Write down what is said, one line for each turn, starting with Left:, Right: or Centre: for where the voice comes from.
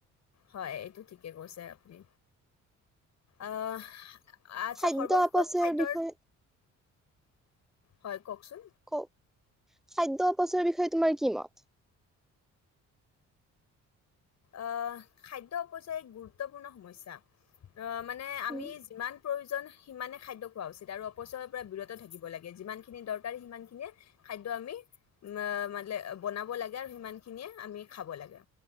Left: হয়', এইটো ঠিকে কৈছে আপুনি আহ', আচ্ছা
Centre: খাদ্য
Left: সৰ্বশেষত
Centre: অপচয়ৰ
Left: খাদ্যৰ
Centre: বিষয়ে
Left: হয়', কওকচোন
Centre: ক ', খাদ্য অপচয়ৰ বিষয়ে তোমাৰ কি মত?
Left: আহ ', খাদ্যয়পইচ্যা এক গুৰুত্বপূৰ্ণ সমস্যা। অ ', মানে আমি
Centre: উম,
Left: যিমান প্ৰয়োজন জন সিমানে খাদ্য খোৱা উচিত। আৰু অপচয়ৰ পৰা বিৰত থাকিব লাগে। যিমান খিনি দৰকাৰ সিমান খিনিয়ে খাদ্য আমি উ মানে বনাব লাগে আৰু সিমান খিনিয়ে আমি খাব লাগে।